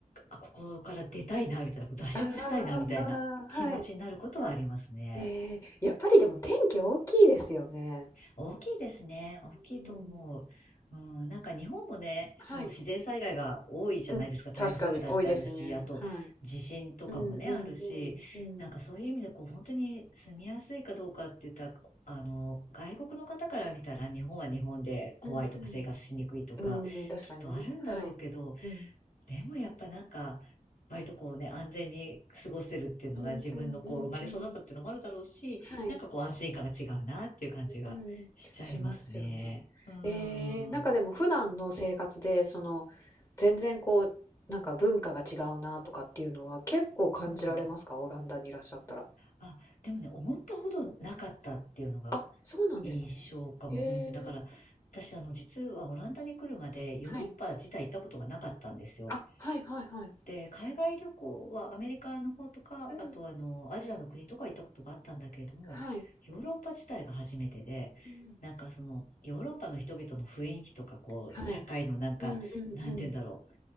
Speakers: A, on the left; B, on the left.
A: あ、ここから出たいな、みたいな、脱出したいな、
B: あ
A: みたいな気持ちになることはありますね。
B: あ、はい。ええ、やっぱりでも天気大きいですよね。
A: 大きいですね。大きいと思う。
B: うん、
A: うん、なんか日本もね、
B: はい。
A: その自然災害が多いじゃないですか。
B: うん、
A: 台風だってあるし、
B: 確かに多いですね。
A: あと地震とかもね、
B: はい。うんうんうん。
A: あるし、
B: うん。
A: なんかそういう意味でこう本当に住みやすいかどうかって言ったら、あの、外国の方から見たら日本は日本で怖いとか生活しにくいとか、
B: うんうん。うーん、確かにね。
A: きっとあるんだろうけど、
B: はい。うん。
A: でもやっぱなんか、割とこうね、安全に過ごせるっていうのが自分のこう生まれ育ったっていうのもあるだろうし、
B: うんうんうんうんうんうんうん確かにねはい。
A: なんかこう安心感が違うなっていう感じがしちゃいますね。
B: うん、しますよね。
A: うー
B: えー、なんかでも普段の生活で、
A: ん。
B: その、全然こう、なんか文化が違うなとかっていうのは結構感じられますかオランダにいらっしゃったら。
A: うん。あ、でもね、思ったほどなかったっていうのが
B: あ、そうなんですね。
A: 印象かも。
B: へえ。
A: うん、だから、私あの実はオランダに来るまでヨーロッパ自体行ったことがなかったんですよ。
B: はい。あ、はいはいはい。
A: で、海外旅行はアメリカの方とか、
B: うん。
A: あとあの、アジアの国とか行ったことがあったんだけれども、
B: はい。
A: ヨーロッパ自体が初めてで、
B: うん。
A: なんかその、ヨーロッパの人々の雰囲気とか、こう、
B: はい。
A: 社会のなんか、
B: うんうんうん。
A: なんて言うんだろう。